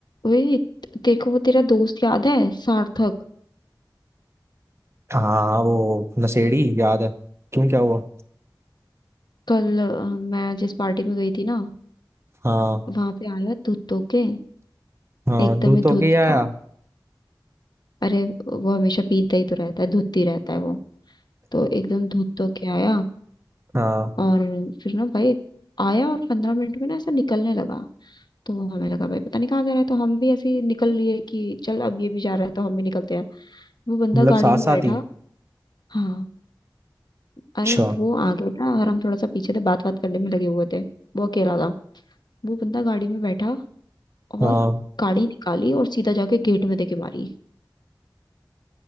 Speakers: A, on the left; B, on the right.
A: वही तेरे को वो तेरा दोस्त याद है सार्थक
B: हाँ वो नशेड़ी याद है क्यों क्या हुआ
A: कल अ, मैं जिस पार्टी में गई थी ना
B: हाँ
A: वहां पे आया धुत धो के
B: हाँ
A: एकदम
B: धूत
A: ही
B: होके
A: धुत
B: ही आया
A: था अरे वो हमेशा पीता ही तो रहता है धुत ही रहता है वो तो एकदम धुत धो के आया
B: हाँ
A: और फिर ना भाई आया और पंद्रह मिनट में ना ऐसा निकलने लगा तो हमें लगा भाई पता नहीं कहाँ जा रहा है तो हम भी ऐसे ही निकल लिए कि चल अब ये भी जा रहा है तो हम भी निकलते हैं वो बंदा
B: मतलब
A: गाड़ी
B: साथ
A: में
B: साथ
A: बैठा
B: ही
A: हाँ अरे
B: अच्छा
A: वो आगे था और हम थोड़ा सा पीछे थे बात बात करने में लगे हुए थे वो अकेला था वो बंदा गाड़ी में बैठा और
B: हाँ
A: गाड़ी निकाली और सीधा जाके गेट में देके मारी